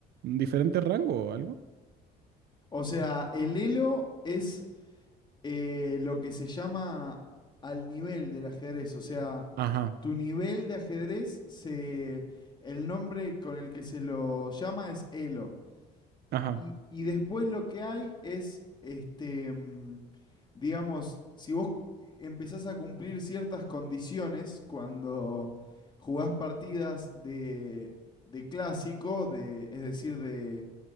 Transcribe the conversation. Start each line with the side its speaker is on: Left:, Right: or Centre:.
Right: diferente rango o algo?
Left: O sea, el Elo es eh, lo que se llama al nivel del ajedrez. O sea,
Right: Ajá,
Left: tu nivel de ajedrez se. El nombre con el que se lo llama es Elo.
Right: ajá.
Left: Y, y después lo que hay es, este, mm, digamos, si vos empezás a cumplir ciertas condiciones cuando jugás partidas de, de clásico, de, es decir, de,